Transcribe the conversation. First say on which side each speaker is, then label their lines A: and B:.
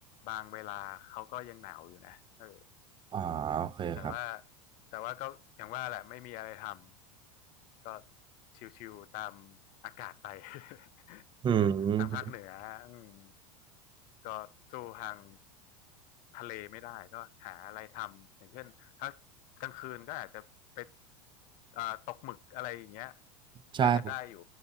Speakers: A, on the left; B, on the right.
A: บางเวลาเขาก็ยังหนาวอยู่นะเออ
B: อ๋อโอเคครับ
A: แต่ว่าแต่ว่าก็อย่างว่าแหละไม่มีอะไรทำก็ชิวๆตามอากาศไป <laughs>
B: อืม
A: ทางภาคเหนืออืมก็สู้ทางทะเลไม่ได้ก็หาอะไรทำอย่างเช่นถ้ากลางคืนก็อาจจะไปเอ่อตกหมึกอะไรอย่างเงี้ย
B: ใช่ครับ
A: น่าจะได้อยู่